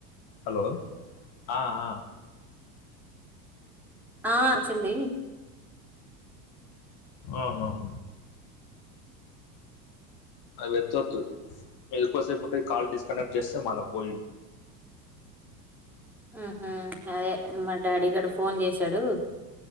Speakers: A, on the left; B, in the centre.
A: Hello ఆహ్ ఆహ్.
B: ఆహ్ వచ్చింది.
A: ఆహ్ ఆహ్. అది ఎత్తొద్దు ఎక్కువసేపు ఉంటే కాల్ డిస్కనెక్ట్ చేస్తే మళ్ళా పోయిద్ది.
B: ఆహ్ అదే మా డాడీ గాడు ఫోన్ చేసాడు.